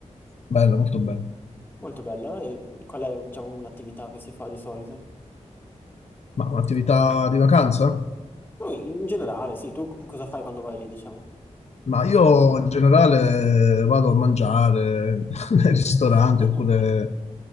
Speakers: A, on the left (about 60°); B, on the left (about 15°).
A: bella, molto bella.
B: Molto bella. E qual è, diciamo, un'attività che si fa di solito?
A: Ma un'attività di vacanza?
B: Poi, in generale, sì, tu co- cosa fai quando vai lì, diciamo?
A: Ma io in generale vado a mangiare <laughs> nei ristoranti
B: <laughs>
A: oppure,